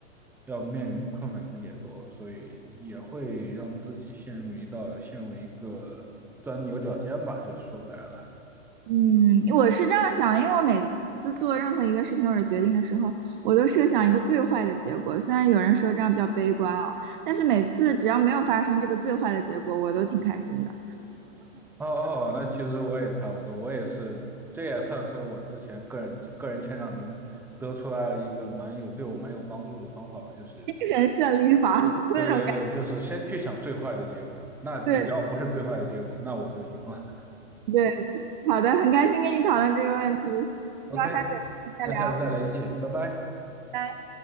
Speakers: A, in the centre; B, on the right.
A: 要面临的困难也多，所以也会让自己陷入一道，陷入一个钻牛角尖吧，就是说白了。
B: 嗯，我是这样想的，因为我每次做任何一个事情或者决定的时候，我都设想一个最坏的结果。虽然有人说这样比较悲观啊，但是每次只要没有发生这个最坏的结果，我都挺开心的，
A: 哦哦，那其实我也差不多，我也是，这也算是我之前个人就个人成长中得出来了一个蛮有对我蛮有帮助的方法吧，就是
B: 精神胜利法 <laughs>
A: 对对对，
B: 那种感觉。
A: 就是先去想最坏的结果，那只要不是最坏的结果，
B: 对
A: 那我就赢了。
B: 对，好的，很开心跟你讨论这个问题，
A: OK，
B: 希望下次有机会再聊。
A: 那下次再联系，拜拜。
B: 拜拜